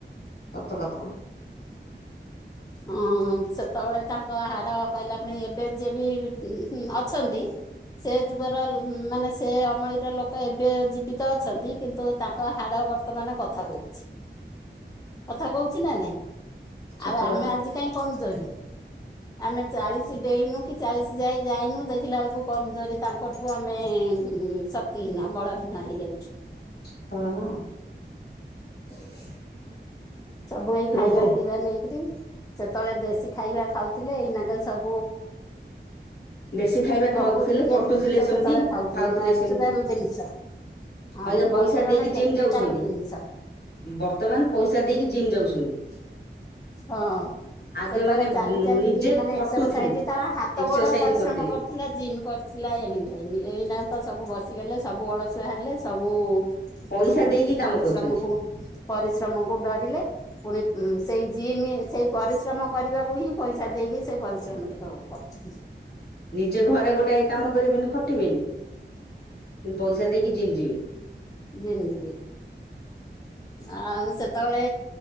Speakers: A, on the left; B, on the left.
A: ସତ କଥା
B: ହଁ। ହ ସେତେବେଳେ ତାଙ୍କ ହାଡ କହିଲା ପଣି ଏବେ ଯିଏଉ ହୁଁ ବି ଅଛନ୍ତି ସେ ଯୁଗର ମାନେ ସେ ଅମଳିର ଲୋକ ଏବେ ଜୀବିତ ଅଛନ୍ତି କିନ୍ତୁ ତାଙ୍କ ହାଡ ବର୍ତ୍ତମାନ କଥା କହୁଛି କଥା କହୁଛି ନା ନାଇଁ
A: ସତ
B: ଆଉ ଆମେ
A: କ
B: ଆଜି କାହିଁ କମଜୋରି ଆମେ ଚାଳିଶ କିଛି ଡେଇନୁ କି ଚାଲିସି ଯାଏ ଯାଇନୁ ଦେଖିଲା ବେଳକୁ କମଜୋରି ତାଙ୍କଠୁ ଆମେ ସକ୍ତି ବିନା ବଳ ହିଁନା ହେଇଯାଉଛି।
A: <unintelligible>
B: ସବୁ ଏଇ ଖାଇବା
A: ରୋଗ
B: ପିଇବା ନେଇକିରି ସେତେବେଳେ ଦେଶୀ ଖାଇବା ଖାଉଥିଲେ ଏଇନାକ ସବୁ
A: ବେଶୀ ଖାଇବା ଖାଉଥିଲେ
B: ପ୍ରକୃତି ତିଆରି
A: ଖଟୁଥିଲେ
B: ଜିନିଷ
A: ସେମିତି
B: ସେତେବେଳେ
A: ଖାଉଥିଲେ
B: ନ୍ୟାଚୁରାଲ
A: ସେମତି
B: ଜିନିଷ ହଁ
A: ଆଜ୍ଞା
B: ବର୍ତ୍ତମାନ
A: ପଇସା ଦେଇକି
B: ଟେକ୍ନିକାଲ
A: ଜିମ୍ ଯାଉଛନ୍ତି।
B: ଜିନିଷ
A: ବର୍ତ୍ତମାନ ପଇସା ଦେଇକି ଜିମ୍ ଯାଉଛନ୍ତି।
B: ହଁ
A: ଆଗେ
B: ସେତେବେଳେ
A: ମାନେ ନିଜେ
B: ଚାଲି ଚାଲିକି ମାନେ ଏକ୍ସରସାଇଜ
A: ଖଟୁଥିଲେ
B: ତା ହାତ
A: ଏକ୍ସରସାଇଜ
B: ଗୋଡ ପରିଶ୍ରମ
A: କରୁଥିଲେ।
B: କରୁଥିଲା ଜିମ୍ କରିଥିଲା ଏନି ଟାଇମ୍ ଏଇନା ତ ସବୁ ବସିଗଲେ ସବୁ ଅଳସୁ ବାହାରିଲେ ସବୁ
A: ପଇସା
B: ହୁଁ
A: ଦେଇକି କାମ
B: ପରିଶ୍ରମକୁ
A: କରୁଛନ୍ତି
B: ପରିଶ୍ରମକୁ ଡରିଲେ ପୁଣି ଉଁ ସେଇ ଜିମ ସେଇ ପରିଶ୍ରମ କରିବାକୁ ହିଁ ପଇସା ଦେଇକି ସେ ପରିଶ୍ରମ ଟିକକ କରୁଚି।
A: ନିଜ ଘରେ ଗୋଟାଏ କାମ କରିବନି ଖଟିବେନି କିନ୍ତୁ ପଇଷା ଦେଇକି ଜିମ ଯିବେ।
B: ଜିମ ଜିବେ। ଆଉ ସେତେବେଳେ